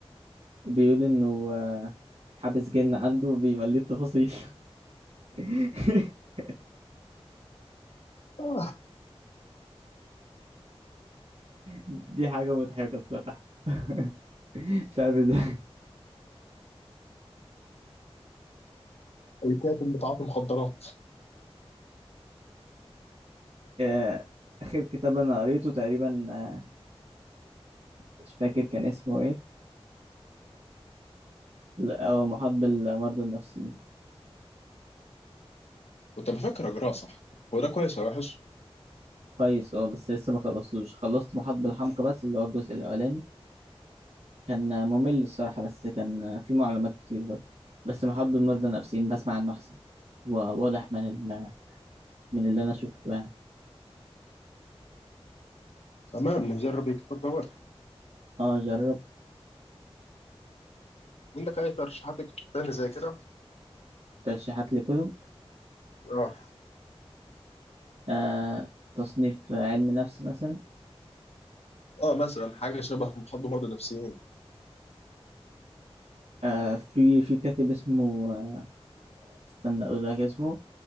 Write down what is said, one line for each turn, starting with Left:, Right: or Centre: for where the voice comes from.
Right: بيقول انه آه، حابس جن عنده بيمليه التفاصيل <laughs>
Left: آه،
Right: دي حاجة مضحكة الصراحة <laughs> مش عارف ازاي
Left: الكاتب بتاع المخدرات
Right: آه، آخر كتاب أنا قريته تقريبا آه، مش فاكر كان اسمه ايه لا، هو محاط بالمرضى النفسيين
Left: كنت بفكر اجراه صح هو ده كويس ولا وحش
Right: كويس اه بس لسه ما خلصتوش خلصت محاط بالحمقى بس اللي هو الجزء الأولاني كان آه، ممل الصراحة بس كان آه، فيه معلومات كتير برضه بس محاط بالمرضى النفسيين بسمع عنه أحسن وواضح من ال... من اللي أنا شفته يعني
Left: تمام نجرب الكتاب دوت
Right: اه جربت
Left: عندك اي ترشيحات كتب تاني زي كده
Right: ترشيحات لكتب
Left: اه
Right: آه تصنيف علم نفس مثلا
Left: اه مثلا حاجه شبه محاضره مرضى نفسيين
Right: آه في في كاتب اسمه آه، استنى اقول لك اسمه